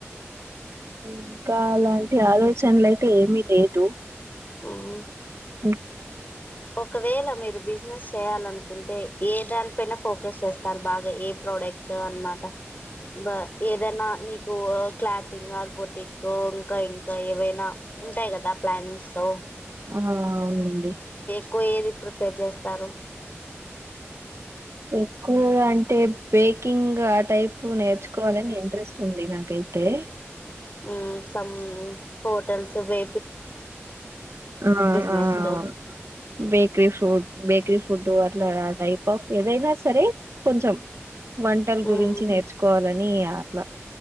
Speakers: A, on the right; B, on the left.
A: ఇంకా అలాంటి ఆలోచనలుయితే ఏమి లేదు
B: మ్
A: ఓ
B: ఒకవేళ మీరు బిజినెస్ చేయాలనుకు కుంటే ఏ దానిపైన ఫోకస్ చేస్తారు బాగా ఏ ప్రోడక్ట్స్ అనమాట బ ఏదైనా నీకు క్లాథంగ్ ఆర్బోటిక్ ఇంకా ఇంకా ఏవైనా ఉంటాయి కదా ప్లానింగ్స్ త
A: ఆ అవునండి
B: ఎకువా ఏది ప్రిఫేర్ చేస్తారు
A: ఎక్కువ అంటే బేకింగ్ ఆ టైప్ నేర్చుకోవాలని ఇంట్రెస్ట్ ఉంది నాకైతే
B: ఉమ్ సమ్ హోటల్స్ బే
A: ఆ
B: బిజినెస్
A: అ అవును బేక్రి ఫ్రూడ్ బేక్రి ఫుడ్ అట్లా టైప్ ఆఫ్ ఏదైనా సరే కొంచం వంటల
B: మ్మ్
A: గురించి నేర్చుకోవాలని ఈ అట్లా